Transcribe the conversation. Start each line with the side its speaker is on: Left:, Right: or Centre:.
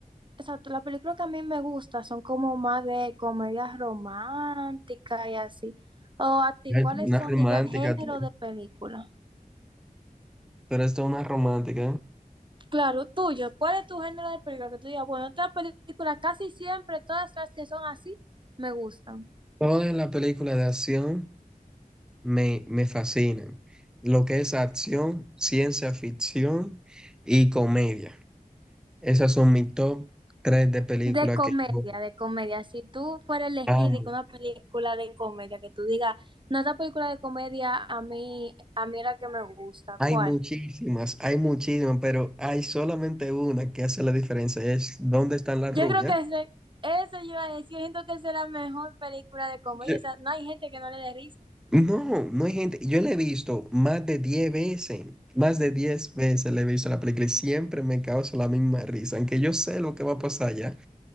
Right: exacto, las películas que a mí me gustan son como más de comedias románticas y así. O a ti,
Centre: Ay,
Right: ¿cuáles
Centre: tú, Una
Right: son,
Centre: romántica,
Right: diga, el género
Centre: tú.
Right: de película?
Centre: Pero esto es una romántica. ¿eh?
Right: Claro, tuyo. ¿Cuál es tu género de película? Que tú digas, bueno, estas películas casi siempre, todas las que son así, me gustan.
Centre: Todas las películas de acción me, me fascinan. Lo que es acción, ciencia ficción y comedia. Esas son mis top tres de películas
Right: De comedia,
Centre: que yo
Right: de comedia. Si tú fueras elegir
Centre: amo.
Right: y que una película de comedia que tú digas, no, esta película de comedia a mí, a mí era que me gusta,
Centre: Hay
Right: ¿cuál?
Centre: muchísimas, hay muchísimas, pero hay solamente una que hace la diferencia, es dónde están las
Right: Yo
Centre: rubias.
Right: creo que ese, eso yo iba a decir, yo siento que esa es la mejor película de comedia,
Centre: Yo-
Right: o sea, no hay gente que no le dé risa.
Centre: No, no hay gente, yo la he visto más de 10 veces, más de 10 veces la he visto la película y siempre me causa la misma risa, aunque yo sé lo que va a pasar ya,